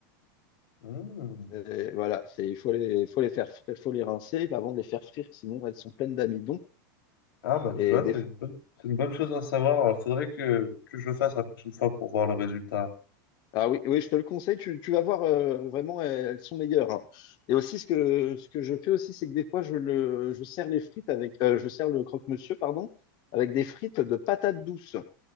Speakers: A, on the left; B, on the left.
A: Mm.
B: Et voilà, c'est, il faut les, faut les faire, fr- faut les rincer avant de les faire frire, sinon elles sont pleines d'amidon.
A: Ah bah
B: Et
A: tu vois,
B: des...
A: c'est une bonne, c'est une bonne chose à savoir. Il faudrait que, que je le fasse la prochaine fois pour voir le résultat.
B: Ah oui, oui, je te le conseille, tu, tu vas voir, euh, vraiment, elles, elles sont meilleures. hein. Et aussi, ce que, ce que je fais aussi, c'est que des fois, je, le, je sers les frites avec, euh, je sers le croque-monsieur, pardon, avec des frites de patates douces.